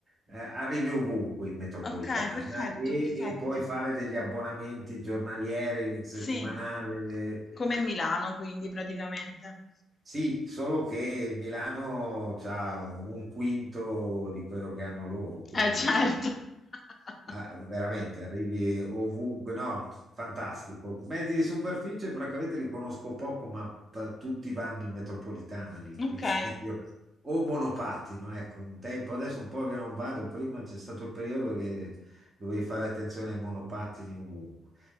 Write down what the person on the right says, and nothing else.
eh, arrivi ovunque in metropolitana
e,
e puoi fare degli abbonamenti giornalieri, il settimanale.
Sì, solo che Milano ha un quinto di quello che hanno loro, quindi
ah, veramente arrivi ovunque. No, fantastico. Mezzi di superficie, francamente, li conosco poco, ma t- tutti vanno in metropolitana lì, quindi
<laughs> io- o monopattino, ecco, un tempo, adesso un po' che non vado, prima c'è stato il periodo che dovevi fare attenzione ai monopattini ovunque.